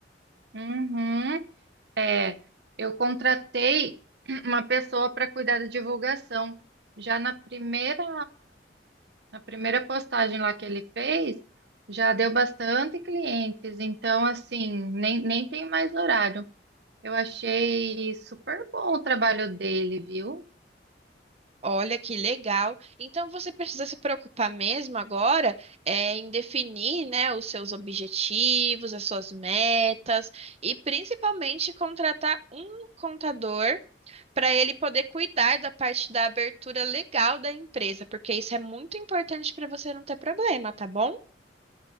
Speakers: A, on the right (about 65°); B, on the right (about 35°).
A: Uhum. É, eu contratei uma pessoa para cuidar da divulgação. Já na primeira, na primeira postagem lá que ele fez, já deu bastante clientes. Então, assim, nem, nem tem mais horário. Eu achei super bom o trabalho dele, viu?
B: Olha que legal. Então você precisa se preocupar mesmo agora é, em definir, né, os seus objetivos, as suas metas e principalmente contratar um contador para ele poder cuidar da parte da abertura legal da empresa, porque isso é muito importante para você não ter problema, tá bom?